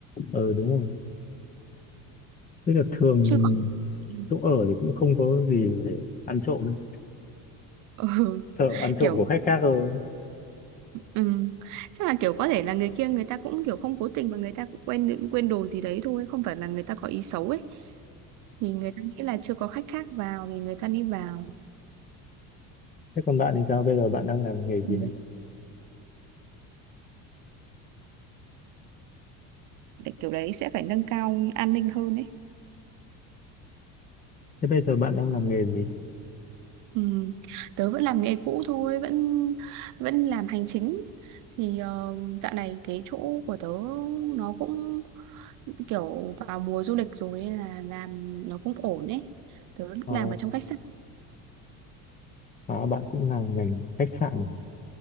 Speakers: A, on the left; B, on the right.
A: ờ đúng rồi tức là thường
B: chứ còn <laughs>
A: chỗ ở thì cũng không có gì để ăn trộm ấy.
B: ừ,
A: sợ ăn
B: kiểu
A: trộm của khách khác hơn
B: ừ. chắc là kiểu có thể là người kia người ta cũng kiểu không cố tình mà người ta cũng quên quên đồ gì đấy thôi không phải là người ta có ý xấu ấy thì người ta nghĩ là chưa có khách khác vào thì người ta đi vào
A: Thế còn bạn thì sao? Bây giờ bạn đang làm nghề gì
B: ừ.
A: đấy?
B: kiểu đấy sẽ phải nâng cao an ninh hơn ấy
A: Thế bây giờ bạn đang làm nghề gì?
B: Ừ. Tớ vẫn làm nghề cũ thôi vẫn vẫn làm hành chính thì ờ, dạo này cái chỗ của tớ nó cũng kiểu vào mùa du lịch rồi nên là làm nó cũng ổn ấy tớ
A: Ờ,
B: làm ở trong khách sạn
A: à, bạn cũng làm ngành khách sạn à?